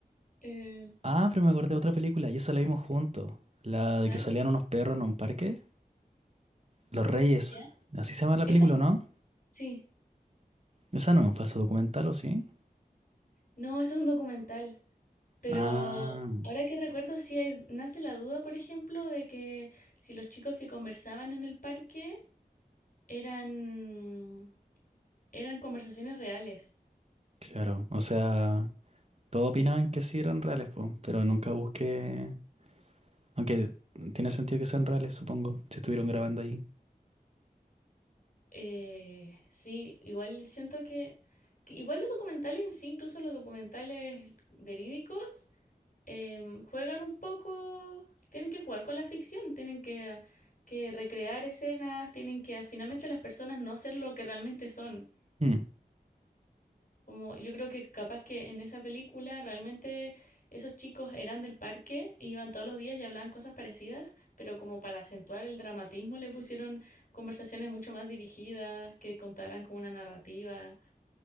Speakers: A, on the left; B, on the right.
A: Eh,
B: Ah, pero me acordé de otra película y esa la vimos juntos. La
A: ¿cuál?
B: de que salían unos perros en un parque. Los Reyes.
A: ¿Ya?
B: Así se llama la
A: Esa,
B: película, ¿o ¿no?
A: sí,
B: Esa no es un falso documental, ¿o sí?
A: no, eso es un documental, pero
B: Ah,
A: ahora que recuerdo, sí hay- nace la duda, por ejemplo, de que si los chicos que conversaban en el parque eran, eran conversaciones reales.
B: claro. O sea. Todos opinaban que sí eran reales, po, pero nunca busqué. Aunque tiene sentido que sean reales, supongo, si estuvieron grabando ahí.
A: Eh, sí, igual siento que, que igual los documentales en sí, incluso los documentales verídicos, em, juegan un poco, tienen que jugar con la ficción, tienen que, que recrear escenas, tienen que finalmente las personas no ser lo que realmente son.
B: Mm,
A: Como yo creo que capaz que en esa película realmente esos chicos eran del parque, iban todos los días y hablaban cosas parecidas, pero como para acentuar el dramatismo le pusieron conversaciones mucho más dirigidas, que contaran con una narrativa.